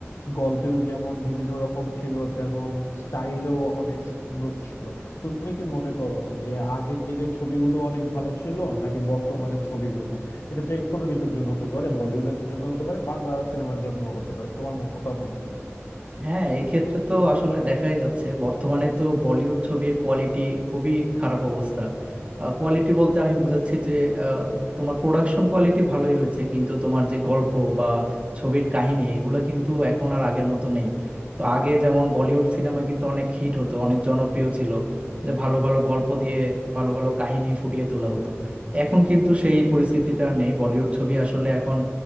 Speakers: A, on the left (about 70°); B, on the right (about 30°).
A: গল্পেও যেমন বিভিন্ন রকম ছিল তেমন স্টাইলও অনেক সুন্দর ছিল তুমি কি মনে করো যে আগের দিকের ছবিগুলো অনেক ভালো ছিল নাকি বর্তমানের ছবিগুলো এটা যে কোনো কিছুর জন্য হতে পারে বলিউডের জন্য হতে পারে বাংলা সিনেমার জন্য হতে পারে তোমার মতামত কি
B: হ্যাঁ এক্ষেত্রে তো আসলে দেখাই যাচ্ছে বর্তমানে তো বলিউড ছবির কোয়ালিটি খুবই খারাপ অবস্থা কোয়ালিটি বলতে আমি বুঝাচ্ছি যে আহ, তোমার প্রোডাকশন কোয়ালিটি ভালোই হয়েছে কিন্তু তোমার যে গল্প বা ছবির কাহিনী এগুলো কিন্তু এখন আর আগের মতো নেই তো আগে যেমন বলিউড সিনেমা কিন্তু অনেক হিট হতো অনেক জনপ্রিয় ছিল যে ভালো ভালো গল্প দিয়ে ভালো ভালো কাহিনী ফুটিয়ে তোলা হতো এখন কিন্তু সেই পরিস্থিতিটা আর নেই বলিউড ছবি আসলে এখন